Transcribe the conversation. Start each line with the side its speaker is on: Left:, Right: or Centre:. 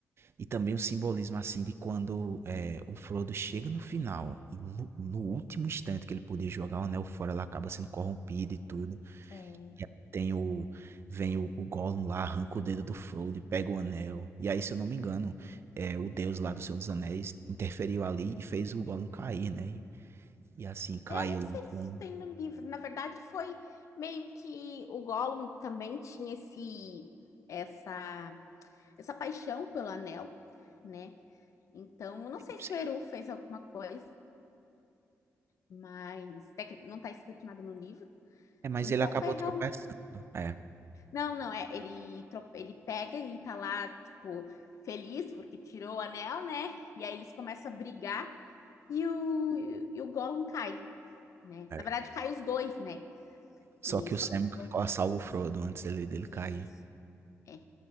Right: E também o simbolismo, assim, de quando é, o Frodo chega no final e no, no último instante que ele podia jogar o anel fora, ele acaba sendo corrompido e tudo.
Left: é,
Right: E aí Tem o, vem o, o Gollum lá, arranca o dedo do Frodo e pega o anel. E aí, se eu não me engano, é, o Deus lá do Senhor dos Anéis interferiu ali e fez o Gollum cair, né? E, e assim, caiu.
Left: é, eu não sei
Right: lá com-
Left: se
Right: não
Left: tem no livro. Na verdade, foi meio que o Gollum também tinha esse essa essa paixão pelo anel, né? Então, eu não sei
Right: sei.
Left: se o Eru fez alguma coisa, mas tec- não está escrito nada no livro.
Right: É, mas
Left: Um
Right: ele
Left: pouco
Right: acabou
Left: é real.
Right: tropeçando. É,
Left: Não, não, é. Ele, tro- ele pega e tá lá, tipo, feliz porque tirou o anel, né? E aí eles começam a brigar e o, e o Gollum cai, né?
Right: é.
Left: Na verdade, cai os dois, né?
Right: Só
Left: E
Right: que
Left: só
Right: o Sam
Left: que o Frodo.
Right: ca- salva o Frodo antes dele, dele
Left: Isso.
Right: cair.
Left: É,